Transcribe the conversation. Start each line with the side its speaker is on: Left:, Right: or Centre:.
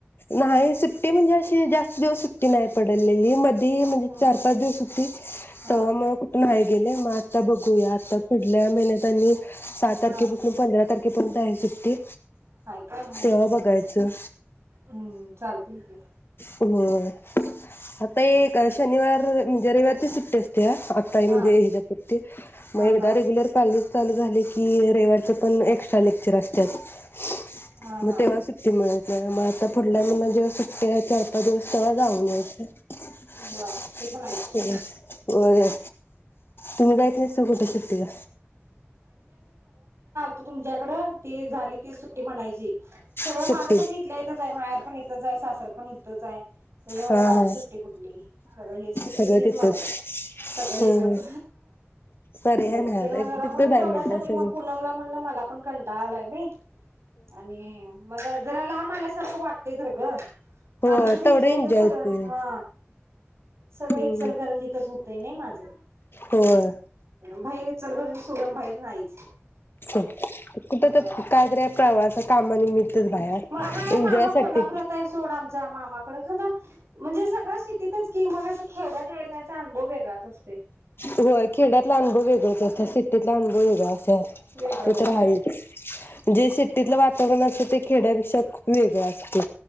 Left: नाही सुट्टी म्हणजे अशी जास् देव सुट्टी नाही पडललेली म नाही म्हणजे
Right: हा
Left: चार पाच दिवस सुट्टी
Right: हा
Left: तवा मग कुठ नाही गेले मग आता बघूया आता पुढल्या महिन्यात आणि सहा तारखेपासन
Right: हा
Left: पंधरा तार कितपर्यंत आहे सुट्टी
Right: काय काय हा
Left: तेव्हा
Right: हा
Left: बघायचं
Right: हम्म चालतय की
Left: होय. आता एक शनिवार म्हणजे रयवार ची सुट्टी अस त्या आत्ताई
Right: हा
Left: म्हणजे ह्याच्यापती मग
Right: हा
Left: एकदा
Right: हा
Left: रेग्युलर चालु चालू झाले की रयवारच्या पण एक्स्ट्रा लेक्चर असत्यात
Right: हा
Left: म
Right: हा
Left: तेव्हा सुट्टी मिळत नाय म आता पुढल्या महिन्यात जेव्हा सुट्टी आहे चार पाच चला जाऊन येऊ फिरून
Right: वा ते पण आहे सोड
Left: होय होय. तुम्ही जाईत नसताय कुठ सुट्टीला
Right: तु तुमच्याकड ती झाली की सुट्टी म्हणायची सगळं
Left: सुट्टी
Right: माझं कसं इथल्या इथच आहे माहेर पण इथच आहे सासर पण इथंच हाय त्याच्यामुळ
Left: हा
Right: माझी
Left: हा
Right: सुट्टी कुठली सगळ हेच सुट्टीच
Left: सगळं
Right: हीच
Left: तिथंच
Right: म्हणायची सगळं हीथच
Left: हम्म पर्याय
Right: तेनी
Left: नाही आता
Right: म
Left: तिथंच
Right: जरा म
Left: आहे
Right: तेवढ्यासाठी
Left: म्हटलं सगळं
Right: म पुनमला म्हणलं मला पण कंटाळा आलाय बय आणि मग जरा लाब मलासारखं वाटतय धर ग
Left: हो
Right: माझ कसं
Left: तेवढं
Right: इथल्या
Left: एन्जॉय
Right: इथच सगळं
Left: होतंय
Right: हा सगळ
Left: हम्म
Right: इचलकरंजीतच होतय नय माझं
Left: होय
Right: भाई विचार करनं सोडन भाई <unintelligible>
Left: कुठ तर
Right: हा
Left: कायतरी प्रवास कामानिमित्तच बाहेर
Right: मग हाय
Left: एन्जॉय
Right: मामा कोल्हापुरात
Left: साठी
Right: आहे सोड आमचा मामाकड खंदा म्हणजे सगळं सिटीतच की मग असं खेड्यात येण्याचा अनुभव वेगळाच असतोय
Left: होय खेड्यातला
Right: असा
Left: अनुभव वेगळच असतोय सिटीतला अनु होय का
Right: वेगळा
Left: ते
Right: आहे
Left: तर
Right: व्हय
Left: हायचं जे शेतीतल वातावरण अस ते खेड्या विषयक वेगळं असते